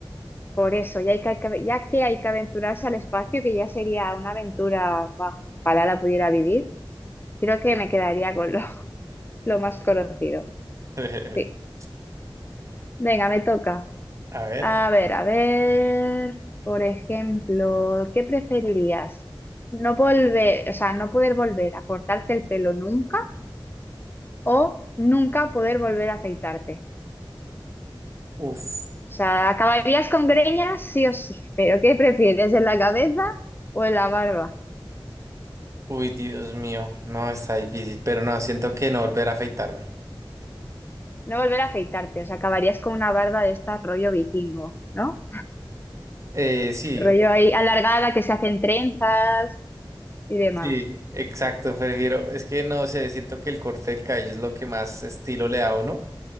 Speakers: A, on the left; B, on the right.
A: por eso, ya, hay que, ya que hay que aventurarse al espacio, que ya sería una aventura, bah, ojalá la pudiera vivir, creo que me quedaría con lo, <laughs> lo más conocido.
B: <laughs>
A: Sí, venga, me toca.
B: A ver,
A: A ver, a ver, por ejemplo, ¿qué preferirías? No volver, o sea, no poder volver a cortarte el pelo nunca o nunca poder volver a afeitarte.
B: uff.
A: O sea, acabarías con greñas sí o sí, <laughs> pero ¿qué prefieres, en la cabeza o en la barba?
B: Uy, Dios mío, no, está difícil, pero no, siento que no volver a afeitarme.
A: No volver a afeitarte, o sea, acabarías con una barba de esta rollo vikingo, ¿no?
B: Eh, sí,
A: Rollo ahí alargada que se hacen trenzas y demás.
B: sí, exacto, prefiero, es que no sé, siento que el corte del cabello es lo que más estilo le da a uno